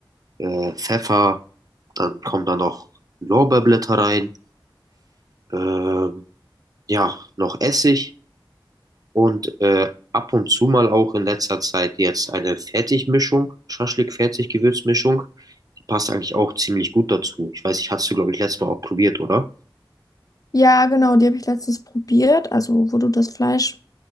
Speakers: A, on the right; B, on the left.
A: äh, Pfeffer, Dann kommen da noch Lorbeerblätter rein, ähm, ja, noch Essig und äh, ab und zu mal auch in letzter Zeit jetzt eine Fertigmischung, Schaschlik-Fertig-Gewürzmischung. Die passt eigentlich auch ziemlich gut dazu. Ich weiß, ich hast du glaube ich, letztes Mal auch probiert, oder?
B: Ja, genau, die habe ich letztens probiert. Also, wo du das Fleisch